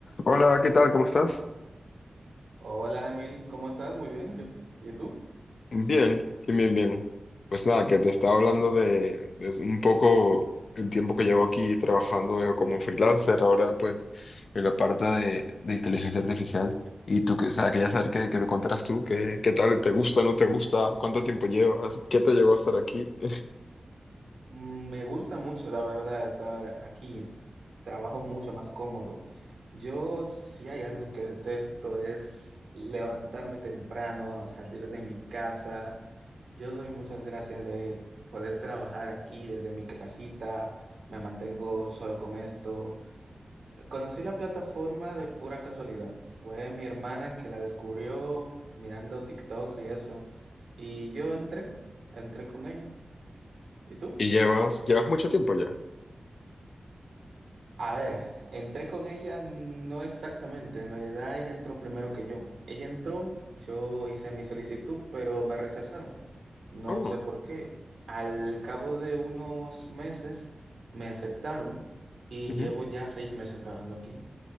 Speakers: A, on the left; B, on the right.
A: Hola, ¿qué tal? ¿Cómo estás?
B: Hola, Emil, ¿cómo estás? Muy bien, yo. ¿Y tú?
A: Bien, bien, bien, bien. Pues nada, que te estaba hablando de, de un poco el tiempo que llevo aquí trabajando eh, como freelancer, ahora pues en la parte de, de inteligencia artificial. Y tú, que, o sea, quería saber qué, qué me contarás tú, qué, qué tal, te gusta, no te gusta, cuánto tiempo llevas, qué te llevó a estar aquí. <laughs>
B: Mm, Me gusta mucho, la verdad, estar aquí. Trabajo mucho más cómodo. Yo, si hay algo que detesto, es levantarme temprano, salir de mi casa. Yo doy muchas gracias de poder trabajar aquí desde mi casita. Me mantengo solo con esto. Conocí la plataforma de pura casualidad. Fue mi hermana que la descubrió mirando TikToks y eso. Y yo entré, entré con ella. ¿Y tú?
A: Y llevas, llevas mucho tiempo ya.
B: A ver, entré con ella no exactamente. En realidad ella entró primero que yo. Ella entró, yo hice mi solicitud, pero me rechazaron. No
A: Oh,
B: sé por qué. Al cabo de unos meses me aceptaron y
A: ujú.
B: llevo ya seis meses trabajando aquí.